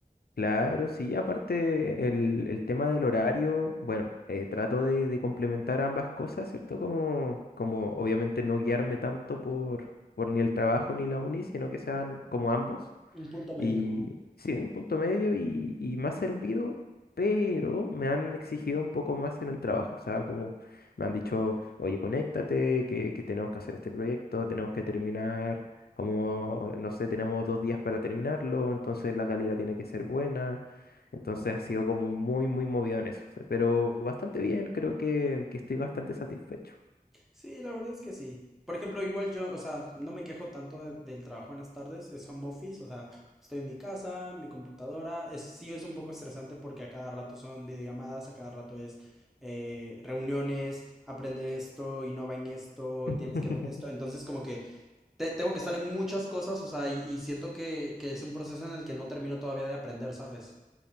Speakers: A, on the left (about 85°); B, in the centre.
A: Claro, sí, aparte el, el tema del horario, bueno, eh, trato de, de complementar ambas cosas, ¿cierto? Como, como obviamente no guiarme tanto por, por ni el trabajo ni la uni, sino que sean como ambos.
B: Un punto medio.
A: Y sí, un punto medio y, y me ha servido, pero me han exigido un poco más en el trabajo. O sea, como me han dicho, oye, conéctate, que, que tenemos que hacer este proyecto, tenemos que terminar, como, no sé, tenemos dos días para terminarlo, entonces la calidad tiene que ser buena. Entonces ha sido como muy, muy movido en eso. o sea, Pero bastante bien, creo que, que estoy bastante satisfecho.
B: Sí, la verdad es que sí. Por ejemplo, igual yo, o sea, no me quejo tanto de- del trabajo en las tardes, es home office, o sea, estoy en mi casa, mi computadora, es, sí es un poco estresante porque a cada rato son videollamadas, a cada rato es eh, reuniones, aprende esto, innova en esto,
A: <laughs>
B: tienes que ver esto, entonces como que te- tengo que estar en muchas cosas, o sea, y, y siento que, que es un proceso en el que no termino todavía de aprender, ¿sabes?